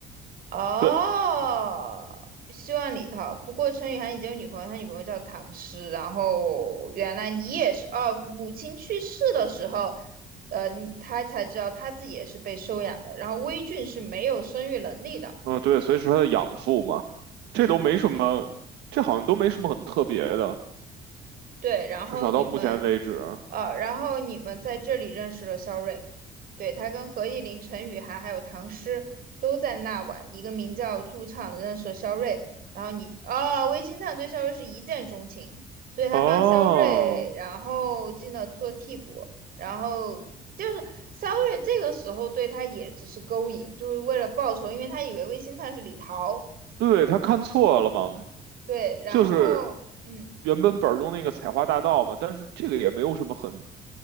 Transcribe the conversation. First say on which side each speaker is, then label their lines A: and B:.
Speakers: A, on the right; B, on the right.
A: 哦，
B: 对，
A: 希望里头。不过陈雨涵已经有女朋友，他女朋友叫唐诗。然后原来你也是哦，母亲去世的时候，呃，你他才知道他自己也是被收养的。然后微俊是没有生育能力的，
B: 啊、对，所以说它的养父嘛，这都没什么，
A: 嗯。
B: 这好像都没什么很特别的，
A: 对，然后你们，
B: 至少到目前为止。
A: 呃，然后你们在这里认识了肖瑞，对，他跟何意林、陈雨涵还有唐诗都在那晚一个名叫驻唱的认识了肖瑞，然后你，哦，魏新灿对肖瑞是一见钟情，所以他帮肖瑞，
B: 哦，
A: 然后进了做替补，然后就是肖瑞这个时候对他也只是勾引，就是为了报仇，因为他以为魏新灿是李桃，
B: 对，他看错了嘛，
A: 对，然后，
B: 就是
A: 嗯。
B: 原本本儿中那个采花大盗嘛，但是这个也没有什么很